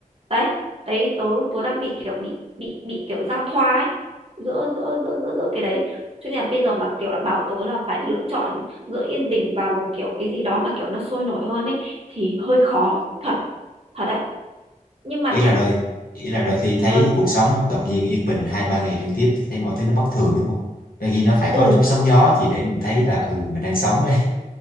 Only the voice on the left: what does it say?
ý
là đôi ý là đôi khi thấy
cuộc sống đột nhiên yên bình hai ba ngày liên tiếp thì thấy mọi thứ nó bất thường đúng không đôi khi nó phải
có chút sóng gió chỉ để mình thấy là ừ mình đang sống ấy